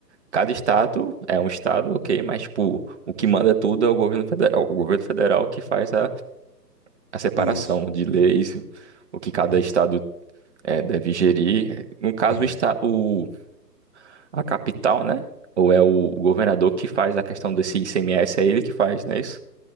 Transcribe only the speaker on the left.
isso,
isso,
isso.